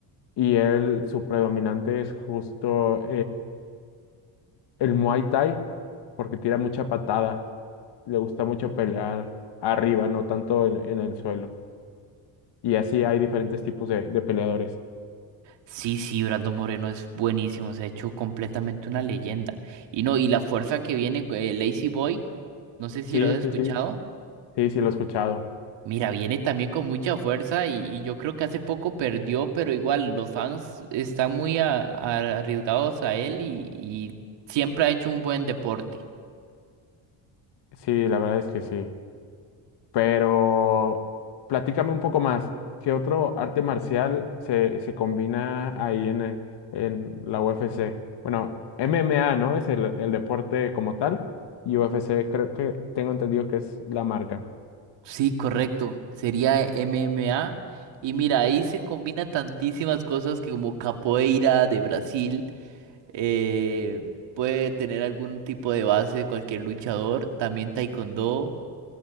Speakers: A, on the left; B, on the right.
A: y él, su predominante es justo el Muay Thai, porque tira mucha patada, le gusta mucho pelear arriba, no tanto en, en el suelo. Y así hay diferentes tipos de, de peleadores.
B: Sí, sí, Brando Moreno es buenísimo, se ha hecho completamente una leyenda. Y no, y la fuerza que viene, eh, Lazy Boy, no sé si
A: Sí,
B: lo has escuchado.
A: sí, sí, sí, sí, lo he escuchado.
B: Mira, viene también con mucha fuerza y, y yo creo que hace poco perdió, pero igual los fans están muy a- a- arriesgados a él y, y siempre ha hecho un buen deporte.
A: Sí, la verdad es que sí. Pero platícame un poco más, ¿qué otro arte marcial se, se combina ahí en, eh, en la UFC? Bueno, MMA, ¿no? Es el, el deporte como tal. Y UFC creo que tengo entendido que es la marca.
B: Sí, correcto, sería MMA. Y mira, ahí se combina tantísimas cosas que como capoeira de Brasil, eh, puede tener algún tipo de base de cualquier luchador, también taekwondo.